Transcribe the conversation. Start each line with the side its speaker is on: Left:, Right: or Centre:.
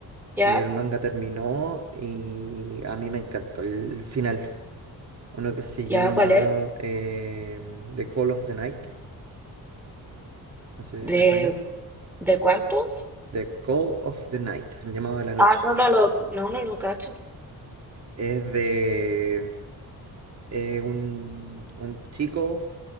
Centre: ya,
Right: y el manga terminó y a mí me encantó el final. Uno que se
Centre: ya,
Right: llama
Centre: ¿cuál es?
Right: eh, The Call of the Night, no sé
Centre: ¿De,
Right: si te suena.
Centre: de cuánto?
Right: The Call of the Night, el llamado de la noche.
Centre: Ah, no, no lo, no, no lo cacho.
Right: Es de eh, un, un chico